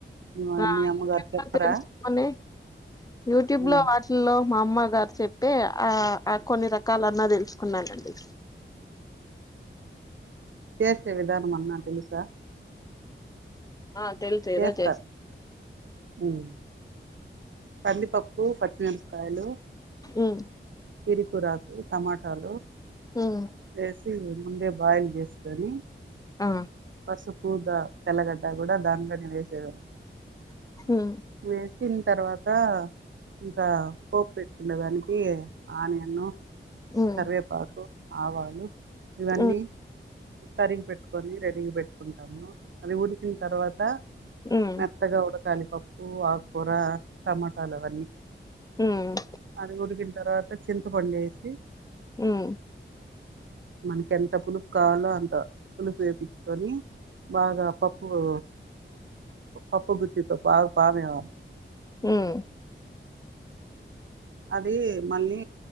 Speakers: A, on the right; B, on the left.
A: మీ
B: <unintelligible>
A: మీ అమ్మగారు చెప్పరా
B: తెలుసుకాని యూట్యూబ్
A: ఉమ్,
B: లో వాటిల్లో మా అమ్మ గారు చెప్తే ఆ ఆ కొన్ని రకాలన్నా తెలుసుకున్నానండి
A: చేసే విధానం అన్నా తెలుసా
B: ఆ తెలుసు
A: చేస్తారు
B: ఎదో చేస్
A: ఉమ్. కందిపప్పు పచ్చిమిరపకాయలు
B: ఉమ్
A: ఇరి కురాకు టమాటాలు
B: ఉమ్
A: వేసి ఇంగ ముందే బాయిల్ జేస్కొని
B: ఆ
A: పసుపు ద తెల్లగడ్డ గుడ దాన్లనే వేసేయా
B: ఉమ్
A: వేసిన్ తర్వాత్ ఆ ఇంకా పోపు పెట్టుకుండెదానికి ఆనియను
B: ఉమ్
A: కర్వేపాకు, ఆవాలు ఇవన్నీ
B: ఉమ్
A: త్తలింపు పెట్టుకొని రెడ్ <unintelligible> పెట్టుకుంటాము. అది ఉడికిన్తర్వాత
B: ఉమ్
A: మెత్తగా ఉడకాలి పప్పు. ఉ ఆకుకూర టమాటాలు అవన్నీ.
B: ఉమ్
A: అది ఉడికింతర్వా చింతపండేసి
B: ఉమ్
A: మనకెంత పులుపు కావాలో అంత పులుపు ఏపిచ్చుకొని బాగా పప్పులు పప్పు గుత్తి తో బా పామేయాల
B: ఉమ్
A: అదీ మల్లి